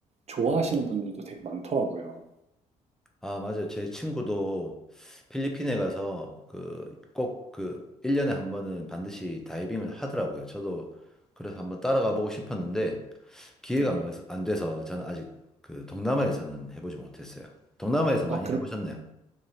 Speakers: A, on the right; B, in the centre.
A: 좋아하시는 분들도 되게 많더라고요.
B: 아, 맞아요. 제 친구도 필리핀에 가서 그 꼭 그 1년에 한 번은 반드시 다이빙을 하더라고요. 저도 그래서 한번 따라가 보고 싶었는데 기회가
A: 네네.
B: 안 가서- 안 돼서 저는 아직 그 동남아에서는 해보지 못했어요. 동남아에서 많이
A: 아, 그,
B: 해보셨나요?